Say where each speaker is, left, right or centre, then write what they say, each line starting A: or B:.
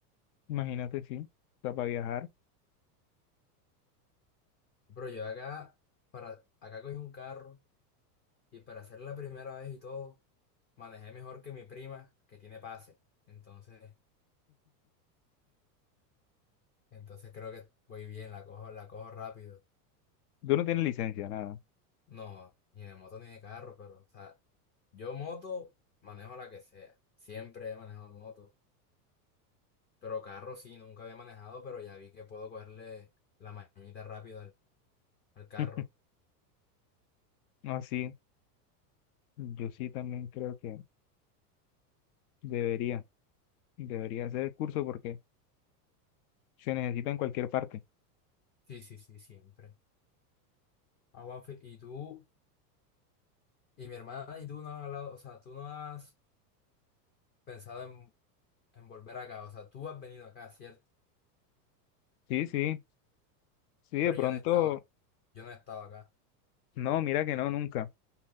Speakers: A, on the left (about 65°); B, on the left (about 20°).
A: Imagínate, sí. O sea, para viajar.
B: Pero yo acá, para, acá cogí un carro y para hacer la primera vez y todo, manejé mejor que mi prima que tiene pase. Entonces, entonces creo que voy bien, la cojo, la cojo rápido.
A: Tú no tienes licencia, nada.
B: No, ni de moto ni de carro, pero, o sea, yo moto manejo la que sea. Siempre he manejado moto. Pero carro sí, nunca había manejado, pero ya vi que puedo cogerle la mañita rápido al al carro.
A: <laughs> No, sí. Yo sí también creo que debería, debería hacer el curso porque se necesita en cualquier parte.
B: Sí, sí, sí, siempre. Ah, Juanfe, y tú, y mi hermana y tú no han hablado, o sea, tú no has pensado en, en volver acá, o sea, tú has venido acá, ¿cierto?
A: Sí, sí. Sí,
B: Pero
A: de pronto,
B: yo no he estado, yo no he estado acá.
A: no, mira que no, nunca.